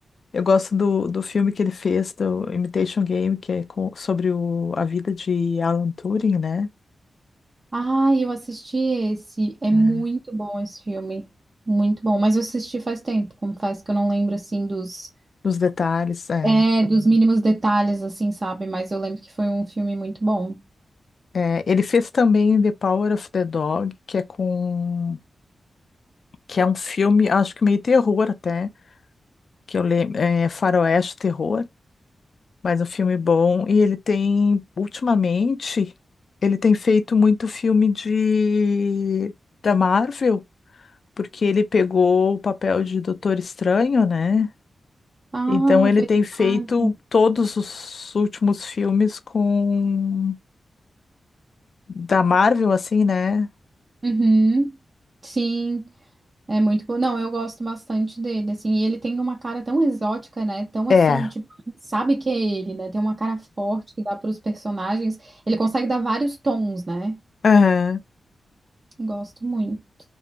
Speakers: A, on the left; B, on the right.
A: Eu gosto do, do filme que ele fez, do Imitation Game, que é com- sobre o- a vida de Alan Turing, né?
B: Ah, eu assisti esse. É muito
A: É,
B: bom esse filme. Muito bom. Mas eu assisti faz tempo, confesso que eu não lembro assim dos,
A: os detalhes, é.
B: é, dos mínimos detalhes, assim, sabe? Mas eu lembro que foi um filme muito bom.
A: É, ele fez também The Power of the Dog, que é com que é um filme, acho que meio terror até, que eu lembro, é faroeste terror, mas um filme bom. E ele tem, ultimamente, ele tem feito muito filme de da Marvel, porque ele pegou o papel de Doutor Estranho, né?
B: Ah,
A: Então ele
B: é verdade.
A: tem feito todos os últimos filmes com da Marvel, assim, né?
B: Uhum. Sim, é muito bom. Não, eu gosto bastante dele, assim, e ele tem uma cara tão exótica, né? Tão
A: É.
B: assim, tipo, sabe que é ele, né? Tem uma cara forte que dá para os personagens. Ele consegue dar vários tons, né?
A: Aham.
B: Gosto muito.